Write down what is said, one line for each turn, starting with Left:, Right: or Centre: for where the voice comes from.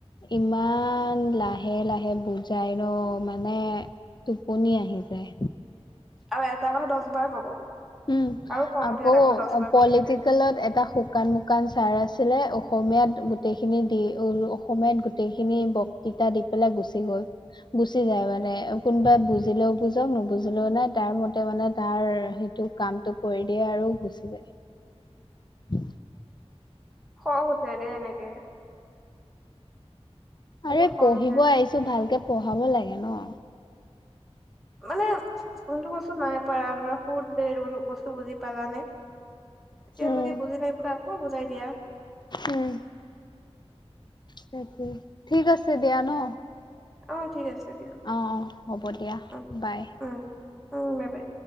Left: ইমান লাহে লাহে বুজাই ৰ মানে টোপনি আহি যায়।
Centre: আৰু এটা কথা দহ বাৰ ক'ব।
Left: উম,
Centre: আৰু খং
Left: আকৌ
Centre: উঠে এটা কথা দহ বাৰ কৈ
Left: পলিটিকেলত
Centre: থাকিলে
Left: এটা শুকান মু দোকান চাৰ আছিলে অসমীয়াত গোটেইখিনি দি উ অসমীয়াত গোটেইখিনি বক্তৃতা দি পেলাই গুচি গ'ল গুচি যায়। মানে কোনোবাই বুজিলেও বুজক নুবুজিলেও নাই তাৰ মতে মানে তাৰ তটো কাম টো কৰি দিয়ে আৰু গুচি যায়। উ।
Centre: খং উঠে দে এনেকে। বহুত
Left: আৰে
Centre: খং
Left: পঢ়িব
Centre: উঠে
Left: আহিছো ভালকে পঢ়াব লাগে ন।
Centre: মানে কোনটো বস্তু নাই পাৰা ধৰ সুুৰ এই বস্তু বুজি পালানে। এতিয়াও
Left: উম
Centre: যদি বুজি নাই পুৰা আকৌ বুজাই দিয়া।
Left: উম। তাকে ঠিক আছে দিয়া ন'।
Centre: অ', ঠিক আছে দিয়ক
Left: অ অ হ'ব দিয়া
Centre: অ',
Left: বাই।
Centre: অ', অ', বাই বাই।